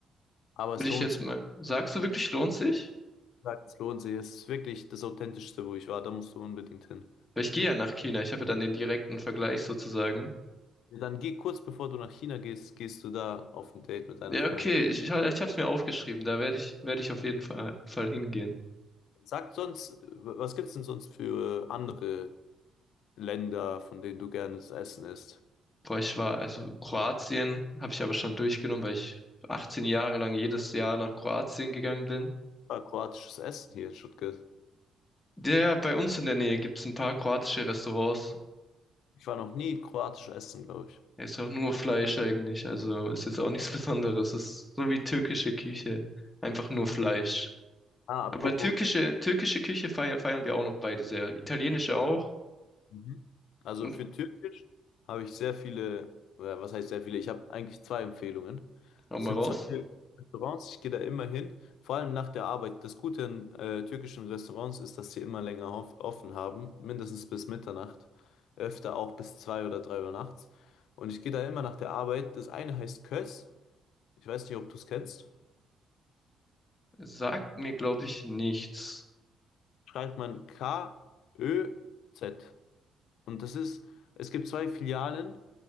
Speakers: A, on the left; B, on the left.
A: Aber
B: Würde
A: es
B: ich
A: lohnt
B: jetzt mal. Sagst du wirklich, lohnt sich?
A: Sag, Es lohnt sich. Es ist wirklich das Authentischste, wo ich war. Da musst du unbedingt hin.
B: Weil ich gehe ja nach China. Ich habe ja dann den direkten Vergleich sozusagen.
A: Ja, Dann geh kurz bevor du nach China gehst, gehst du da auf ein Date mit deiner
B: Ja,
A: Freundin.
B: okay. Ich, ich, ha- ich habe es mir aufgeschrieben. Da werde ich, werde ich auf jeden Fall, Fall hingehen.
A: Sag sonst, was gibt's denn sonst für äh, andere Länder, von denen du gerne das Essen isst?
B: Boah, ich war, also Kroatien habe ich aber schon durchgenommen, weil ich 18 Jahre lang jedes Jahr nach Kroatien gegangen bin.
A: Ah, kroatisches Essen hier in Stuttgart.
B: Der bei uns in der Nähe gibt's ein paar kroatische Restaurants.
A: Ich war noch nie kroatisch essen, glaube ich.
B: Er ist auch nur Fleisch eigentlich, also ist jetzt auch nichts <laughs> Besonderes. Ist so wie türkische Küche, einfach nur
A: Okay.
B: Fleisch.
A: Ah, apropos.
B: Aber türkische türkische Küche feiern, feiern wir auch noch beide sehr. Italienische auch.
A: Mhm. Also
B: Und
A: für Türkisch habe ich sehr viele, oder was heißt sehr viele? Ich habe eigentlich zwei Empfehlungen.
B: hau
A: Es
B: mal
A: sind
B: raus.
A: zwei türkische Restaurants, ich gehe da immer hin, vor allem nach der Arbeit. Das Gute an äh, türkischen Restaurants ist, dass sie immer länger auf, offen haben, mindestens bis Mitternacht, öfter auch bis zwei oder drei Uhr nachts. Und ich gehe da immer nach der Arbeit. Das eine heißt Köz, ich weiß nicht, ob du es kennst.
B: Sagt mir, glaube ich, nichts.
A: Schreibt man K-Ö-Z. Und das ist, es gibt zwei Filialen.